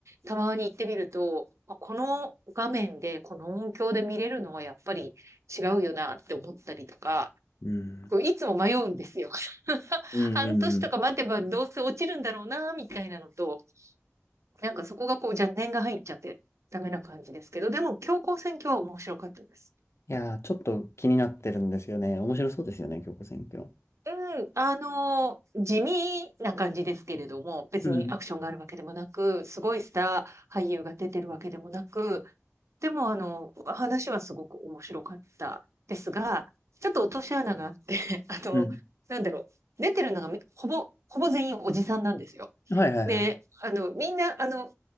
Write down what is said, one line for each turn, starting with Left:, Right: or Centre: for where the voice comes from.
Right: たまに行ってみると、まあこの画面で、この音響で見れるのはやっぱり違うよなって思ったりとか、
Left: うん、
Right: こういつも迷うんですよ。<laughs>
Left: うん、
Right: 半年とか待てばどうせ落ちるんだろうな、
Left: うん。
Right: みたいなのと、なんかそこがこう邪念が入っちゃってダメな感じですけど、でも強行選挙は面白かったです。
Left: いやー、ちょっと気になってるんですよね。面白そうですよね、京子選挙。
Right: うん、あのー地味な感じですけれども、別にアクションがあるわけでもなく、
Left: うん
Right: すごいスター俳優が出てるわけでもなく、でもあの、話はすごく面白かったですが、ちょっと落とし穴があって、<laughs> あの、
Left: うん。
Right: なんだろう、出てるのがみほぼ、ほぼ全員おじさんなんですよ。
Left: はいはいはい。
Right: で、あの、みんな、あの、